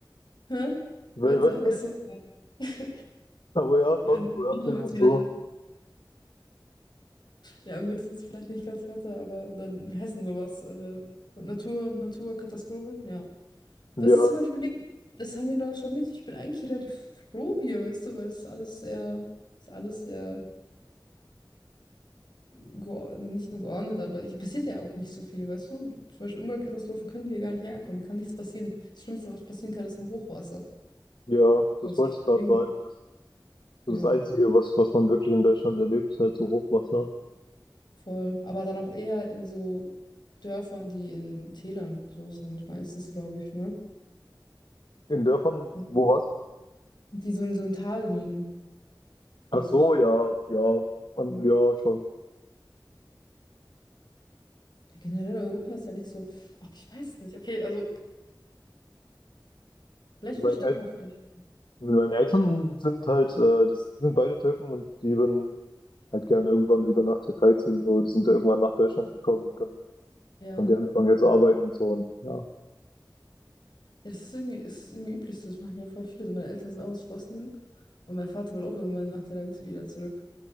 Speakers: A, on the left; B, on the left.
A: Hä?
B: Wer
A: Wetter?
B: <laughs> weiß.
A: Achso. <laughs>
B: Aber ja, schon,
A: Ja, nächste
B: so Erdbeben
A: Woche wird's
B: und
A: wieder.
B: so.
A: Ja, gut, das ist vielleicht nicht ganz Wetter, aber dann in Hessen sowas. Äh, Natur, Naturkatastrophen, ja.
B: Ja,
A: Das ist zum Beispiel nicht, das haben wir in Deutschland nicht. Ich bin eigentlich relativ froh hier, weißt du, weil es ist alles sehr, es ist alles sehr geo- nicht nur geordnet, aber hier passiert ja auch nicht so viel, weißt du? Zum Beispiel Umweltkatastrophen können hier gar nicht herkommen, hier kann nichts passieren. Das Schlimmste, was passieren kann, ist ein Hochwasser.
B: ja, das
A: Und so
B: wollte ich gerade
A: Dinge.
B: sagen. Das, das
A: Ja,
B: ist das Einzige, was, was man wirklich in Deutschland erlebt, ist halt so Hochwasser.
A: voll. Aber dann auch eher in so Dörfern, die in Tälern so sind, meistens, glaube ich, ne?
B: In Dörfern,
A: Also,
B: wo was?
A: Die so in so einem Tal liegen, glaube
B: Ach so,
A: ich.
B: ja, ja, man, ja, schon.
A: Ja, generell Europa ist ja nicht so, ach, ich weiß nicht. Okay, also vielleicht
B: Bei
A: würde ich doch noch, L A.
B: Meine Eltern
A: ich, weiß-
B: sind halt, äh, das sind beide Türken und die würden halt gerne irgendwann wieder nach Türkei ziehen. So, die sind ja irgendwann nach Deutschland gekommen und dann
A: ja.
B: haben die angefangen jetzt zu arbeiten und so. Und ja,
A: Ja, das ist irgendwie, ist irgendwie üblich so. Das machen ja voll viele. So, meine Eltern sind auch aus Bosnien und mein Vater will auch irgendwann nach der Rente wieder zurück.